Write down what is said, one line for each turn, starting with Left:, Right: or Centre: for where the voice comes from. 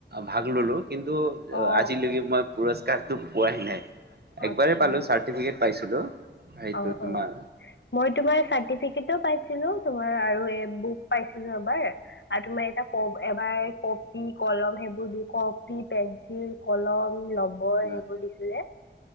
Right: ভাগ ল'লো, কিন্তু
Left: অ
Right: আজিলৈকে মই পুৰস্কাৰতো পোৱাই নাই---একবাৰেই
Left: আচ্ছা
Right: পালো চাৰ্ টিফিকেট পাইছিলো। সেইটো
Left: অ',
Right: তোমাৰ
Left: অ' মই তোমাৰ চাৰ্টিফিকেটো পাইছিলো, তোমাৰ আৰু এ বুক পাইছিলো এবাৰ। আৰু তোমাৰ এটা কপ- এবাৰ কপি, কলম সেইবোৰ দি কপি, পেঞ্চিল, কলম, লব বৰ
Right: উম
Left: সেইবোৰ দিছিলে।